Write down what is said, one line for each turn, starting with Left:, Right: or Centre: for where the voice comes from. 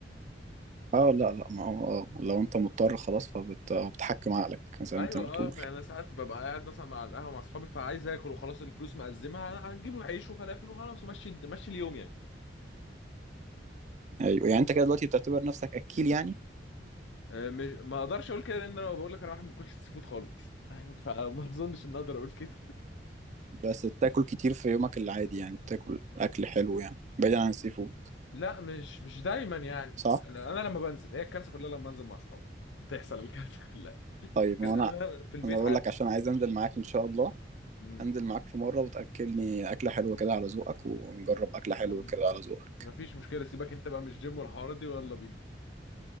Right: اه لا لا ما هو اه لو انت مضطر خلاص فبتحكم عقلك زي
Left: ايوه
Right: ما انت بتقول
Left: اه يعني انا ساعات ببقى قاعد مثلا مع القهوه مع اصحابي فعايز اكل وخلاص الفلوس مقزمه هنجيب عيش وفلافل وخلاص ومشي مشي اليوم يعني
Right: ايوه يعني انت كده دلوقتي بتعتبر نفسك اكيل يعني
Left: آه، مش ما اقدرش اقول كده لان انا بقول لك انا واحد ما باكلش السي فود خالص <laughs> فما اظنش ان اقدر اقول كده
Right: بس بتاكل كتير في يومك العادي يعني بتاكل اكل حلو يعني بعيدا عن السي فود
Left: لا مش مش دايما يعني
Right: صح
Left: انا أنا لما بنزل هي الكارثه كلها لما انزل مع اصحابي تحصل الكارثه <laughs> كلها
Right: طيب
Left: لكن
Right: ما انا
Left: انا في البيت
Right: انا بقول
Left: عادي
Right: لك عشان عايز انزل معاك ان شاء الله
Left: امم
Right: انزل معاك في مرة وتأكلني أكلة حلوة كده على ذوقك ونجرب أكلة حلوة
Left: أم-
Right: كده على ذوقك
Left: مفيش مشكله سيبك انت بقى مش جيم والحوارات دي ويلا بينا